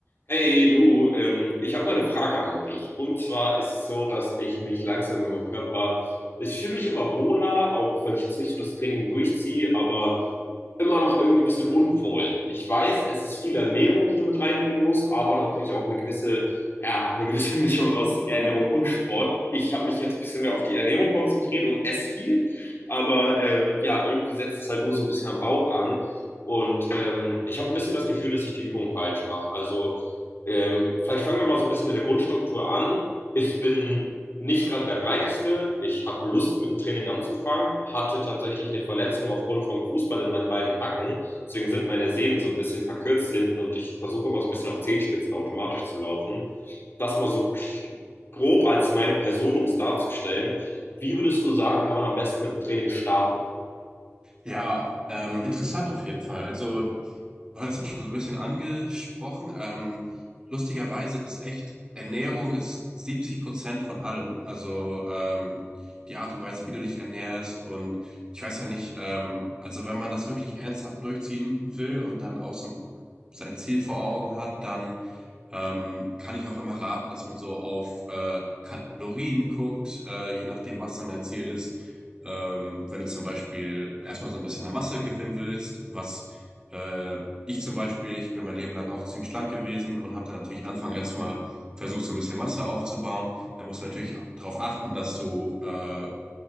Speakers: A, on the left; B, on the right.
A: Hey du, ähm, ich habe mal eine Frage an dich. Und zwar ist es so, dass ich mich langsam in meinem Körper, ich fühle mich immer wohler, auch wenn ich jetzt nicht so das Training durchziehe, aber immer noch irgendwie ein bisschen unwohl. Ich weiß, es ist viel Ernährung, die du mit reinbringen musst, aber natürlich auch eine gewisse, ja, eine gewisse <laughs> Mischung aus Ernährung und Sport. Ich habe mich jetzt ein bisschen mehr auf die Ernährung konzentriert und esse viel, aber ähm, ja, irgendwie setzt es halt nur so ein bisschen am Bauch an. Und ähm, ich habe ein bisschen das Gefühl, dass ich die Übung falsch mache. Also ähm, vielleicht fangen wir mal so ein bisschen in der Grundstruktur an. Ich bin nicht gerade der breiteste. Ich habe Lust, mit dem Training anzufangen, hatte tatsächlich eine Verletzung aufgrund vom Fußball in meinen beiden Hacken. Deswegen sind meine Sehnen so ein bisschen verkürzt hinten und ich versuche immer so ein bisschen auf Zehenspitzen automatisch zu laufen. Das mal so grob als meine Person, um es darzustellen. Wie würdest du sagen, kann man am besten mit dem Training starten?
B: Ja, ähm, interessant auf jeden Fall. Also, du hast das schon so ein bisschen angesprochen. Ähm, lustigerweise ist echt, Ernährung ist 70 Prozent von allem. Also, ähm, die Art und Weise, wie du dich ernährst. Und ich weiß ja nicht, ähm, also wenn man das wirklich ernsthaft durchziehen will und dann auch so ein sein Ziel vor Augen hat, dann ähm, kann ich auch immer raten, dass man so auf äh, Kalorien guckt, äh, je nachdem, was dann dein Ziel ist. Ähm, wenn du zum Beispiel erstmal so ein bisschen an Masse gewinnen willst, was äh, ich zum Beispiel, ich bin mein Leben lang auch ziemlich schlank gewesen und habe dann natürlich Anfang erstmal versucht, so ein bisschen Masse aufzubauen. Da musst du natürlich darauf achten, dass du äh,